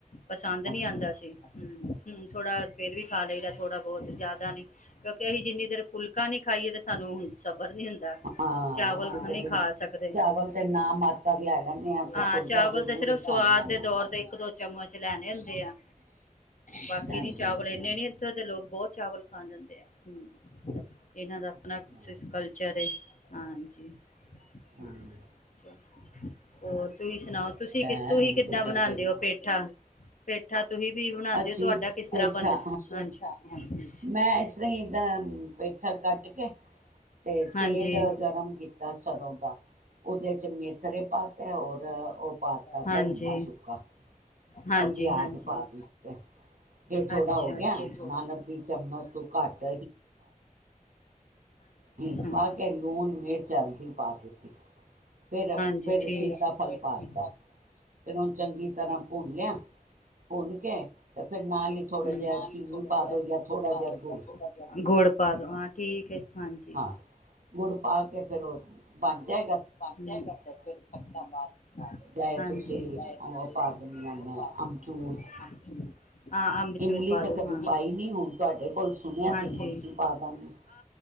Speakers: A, on the left; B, on the right.
A: ਪਸੰਦ ਨੀ
B: ਅੱਛਾ
A: ਆਉਂਦਾ ਸੀ ਹੂੰ ਹੂੰ ਥੋੜਾ ਫੇਰ ਵੀ ਖਾ ਲਈਦਾ ਥੋੜਾ ਬਹੁਤ ਜ਼ਿਆਦਾ ਨੀ ਕਿਉਂਕਿ ਅਸੀਂ ਜਿੰਨੀ ਦੇਰ ਫੁਲਕਾ ਨੀ ਖਾਈਏ ਤੇ ਸਾਨੂੰ ਸਬਰ ਨੀ ਹੁੰਦਾ
B: ਹਾਂ
A: ਚਾਵਲ
B: ਅਸੀਂ
A: ਨਹੀਂ
B: ਤੇ ਬਈ
A: ਖਾ ਸਕਦਾ
B: ਚਾਵਲ ਤੇ ਨਾ ਮਾਤਰ ਲੈ ਲੈਂਦੇ ਤੇ
A: ਹਾਂ
B: ਫੁਲਕਾ
A: ਚਾਵਲ
B: ਜ਼ਰੂਰ
A: ਤੇ ਸਿਰਫ
B: ਹੀ
A: ਸਵਾਦ
B: ਖਾਂਦੇ ਹਾਂ
A: ਦੇ
B: ਨਾਲ
A: ਦੌਰ ਤੇ ਇੱਕ ਦੋ ਚਮਚ ਲੈਣੇ ਹੁੰਦੇ ਆ ਬਾਕੀ
B: ਹਾਂਜੀ
A: ਨੀ ਚਾਵਲ ਇੰਨੇ ਨੀ ਇਧਰ ਦੇ ਲੋਕ ਬਹੁਤ ਚਾਵਲ ਖਾ ਜਾਂਦੇ ਆ ਹੂੰ ਇਹਨਾਂ ਦਾ ਆਪਣਾ
B: ਅੱਛਾ
A: ਕਲਚਰ ਏ ਹਾਂਜੀ।
B: ਹੂੰ
A: ਹਾਂ। <unintelligible> ਹੋਰ ਤੁਸੀਂ ਸੁਣਾਓ ਤੁਸੀਂ ਕੀ
B: ਹੈ
A: ਤੁਸੀਂ
B: ਹੁਣ
A: ਕਿੱਦਾਂ ਬਣਾਉਂਦੇ
B: ਤੇ
A: ਓ ਪੇਠਾ? ਪੇਠਾ ਤੁਸੀਂ ਵੀ ਬਣਾਦੇ
B: ਅਸੀਂ
A: ਓ ਤੁਹਾਡਾ ਕਿਸ
B: ਪੇਠਾ
A: ਤਰ੍ਹਾਂ ਬੰਦ ਹਾਂਜੀ
B: ਮੈਂ ਇਸ ਤਰ੍ਹਾਂ ਇਹਦਾ ਪੇਠਾ ਕੱਟ ਕੇ ਅਤੇ
A: ਹਾਂਜੀ।
B: ਤੇਲ ਗਰਮ ਕੀਤਾ ਸਰੋਂ ਦਾ। ਉਹਦੇ 'ਚ ਮੇਥਰੇ ਪਾਤ ਔਰ ਉਹ ਪਾ ਤ
A: ਹਾਂਜੀ,
B: ਧਨੀਆ ਸੁੱਕਾ
A: ਹਾਂਜੀ
B: ਔਰ ਪਿਆਜ
A: ਹਾਂਜੀ
B: ਪਾ ਦਿੱਤੇ ਇਹ ਥੋੜਾ
A: ਅੱਛਾ
B: ਹੋ ਗਿਆ
A: ਹਾਂਜੀ
B: ਨਾਲ ਅੱਧੀ ਚਮਚ ਤੋਂ ਘੱਟ ਹਿੰਗਪਾ
A: ਹਾਂ
B: ਕੇ ਲੂਣ ਮਿਰਚ ਹਲਦੀ ਪਾ ਦਿੱਤੀ ਫਿਰ
A: ਹਾਂਜੀ
B: ਫਿਰ
A: ਠੀਕ
B: ਸੀਤਾਫਲ ਪਾ
A: ਸੀ
B: ਦਿੱਤਾ
A: ਤੇ
B: ਫਿਰ ਉਹਨੂੰ ਚੰਗੀ ਤਰ੍ਹਾਂ ਭੁੰਨ ਲਿਆ ਭੁੰਨ ਕੇ ਤੇ ਫਿਰ ਨਾਲ ਹੀ ਥੋੜਾ ਜਿਹਾ
A: ਨਾਲ
B: ਚੀਨੀ
A: ਹੀ ਥੋੜੇ
B: ਪਾ
A: ਜਿਹਾ
B: ਦੋ ਜਾਂ
A: ਸੀ
B: ਥੋੜਾ
A: ਪਾਗਲ
B: ਗੁੜ
A: ਜਿਹਾ ਥੋੜਾ ਜਿਹਾ ਗੁੜ ਪਾ ਦੋ ਹਾਂ ਠੀਕ ਹਾਂਜੀ।
B: ਹਾਂ ਗੁੜ ਪਾ ਕੇ ਫੇਰ ਉਹ ਬਣ ਜਾ
A: ਜਦੋਂ ਬਣ ਜਾਏਗਾ ਨਾ ਫਿਰ ਤੁਸੀਂ ਉਹਦੇ
B: ਚਾਹੇ ਤੁਸੀਂ
A: ਵਿੱਚ ਥੋੜਾ ਜਿਹਾ ਖੱਟਾ ਜਿਵੇਂ ਕਿ
B: ਉਹ
A: ਥੋੜਾ
B: ਪਾ
A: ਜਿਹਾ
B: ਦਿੰਦੀ ਹਾਂ ਮੈਂ
A: ਆਮਚੂਰ ਪਾ ਦੇਣਾ
B: ਅਮਚੂਰ
A: ਹਾ ਅੰਬ
B: ਇਮਲੀ
A: ਚੂਰ ਪਾ
B: ਤਾਂ
A: ਦੋ
B: ਕਦੀ
A: ਹਾਂ
B: ਪਾਈ ਨਹੀਂ ਹੁਣ ਤੁਹਾਡੇ ਕੋਲ ਸੁਣਿਆ
A: ਹਾਜੀ
B: ਤੇ ਇਮਲੀ ਪਾ ਦਾਂਗੀ